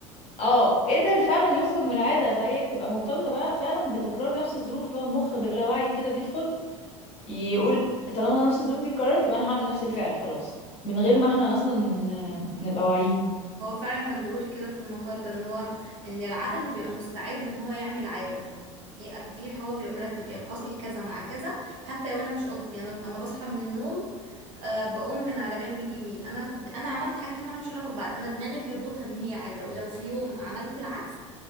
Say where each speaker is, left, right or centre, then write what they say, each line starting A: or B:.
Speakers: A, on the left; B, on the right.
A: اه قدر فعلا يخرج من العادة فهي بتبقى مرتبطة بقى فعلا بتكرار نفس الظروف اللي هو المخ بلا وعي كده بيدخل يقول طالما نفس الظروف دي اتكررت يبقى انا هعمل نفس الفعل خلاص من غير ما احنا اصلا ن- نبقى واعيين
B: هو فعلا كان بيقول كده في المقال ده ان هو ان العقل بيبقى مستعد ان هو يعمل عادة دي دي هو بيبقى مرتب يعني حصل كذا مع كذا حتى لو انا مش قصدي انا انا بصحى من النوم آه بقوم من على جنب اليمين انا انا عملت حاجتين مالهمش علاقة ببعض انا دماغي بيربطها ان هي عادة ولو في يوم عملت العكس